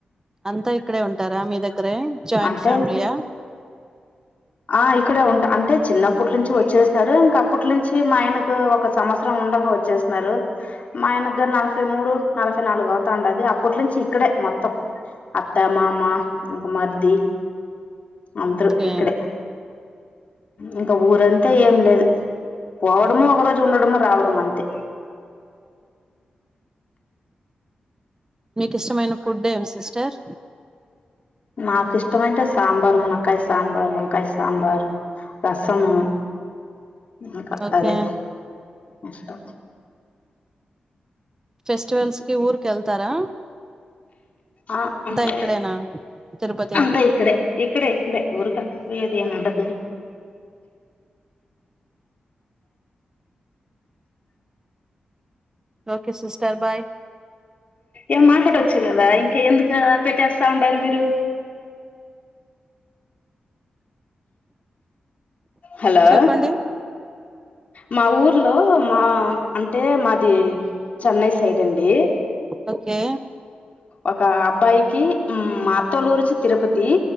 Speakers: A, on the right; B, on the left.
A: అంతా ఇక్కడే ఉంటారా మీ దగ్గరే జాయింట్
B: అంటే
A: ఫ్యామిలీయా
B: ఆ ఇక్కడే ఉంటా అంటే చిన్నప్పటి నుంచి వచ్చేసిన్నారు ఇంక అప్పట్ నుంచి మా ఆయనకు ఒక సంవత్సరం ఉండగా వచ్చే సినారు మా ఆయన గ నలభై మూడు నలభై నాలుగు అవుతండది అప్పట్ నుంచి ఇక్కడే మొత్తం అత్త మామ ఇంక మర్ది అంతరూ
A: ఓకే
B: ఇక్కడే ఇంకా ఊరంతే ఏం లేదు పోవడము ఒక రోజు ఉండడము రావడం అంతే
A: మీకు ఇష్టమైన ఫుడ్ ఏం సిస్టర్
B: నాకు ఇష్టమంటే సాంబార్ మునకాయ సాంబార్ వంకాయ సాంబార్ రసము ఇంకా
A: ఓకే
B: అదే ఇష్టం
A: ఫెస్టివల్స్ కి ఊర్కెల్తారా
B: ఆ అంటే
A: ఇక్కడేనా తిరుపతి
B: అంతా ఇక్కడే ఇక్కడే ఇక్కడే ఊరి కంట పోయది ఏం ఉండదు
A: ఓకే సిస్టర్ బాయ్
B: ఏం మాట్లాడవచ్చు కదా ఇంక ఎందుకు పెట్టేస్తా ఉండారు మీరు హలో
A: చెప్పండి
B: మా ఊర్లో మా అంటే మాది చెన్నై సైడ్ అండి
A: ఓకే
B: ఒక అబ్బాయికి మాత్తలూరుచ్చి తిరుపతి